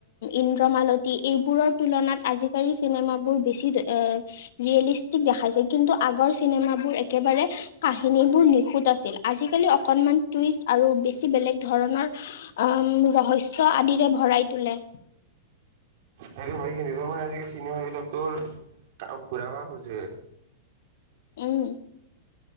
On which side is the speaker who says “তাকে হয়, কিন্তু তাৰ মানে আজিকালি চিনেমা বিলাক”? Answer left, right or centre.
Right